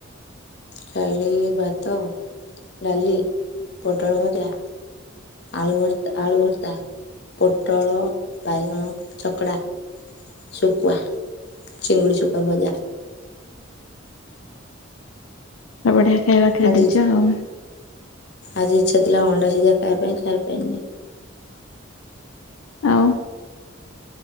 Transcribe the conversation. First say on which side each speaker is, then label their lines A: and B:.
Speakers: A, on the left; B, on the left.
A: ଖାଇଲି ଭାତ, ଡାଲି, ପୋଟଳ ଭଜା। ଆଳୁ ଭର୍ତ ଆଳୁ ଭର୍ତ୍ତା। ପୋଟଳ, ବାଇଗଣ ଚକଡ଼ା। ଶୁକୁଆ, ଚିଙ୍ଗୁଡ଼ି, ଶୁକୁଆ ଭଜା।
B: ଆ ବଢ଼ିଆ ଖାଇବା ଖାଇଦେଇଚ
A: ଆଜି
B: ଆଉ।
A: ଆଜି ଇଚ୍ଛା ଥିଲା ଅଣ୍ଡା ସିଝା ଖାଇବା ପାଇଁ ଖାଇପାଇନି।
B: ଆଉ।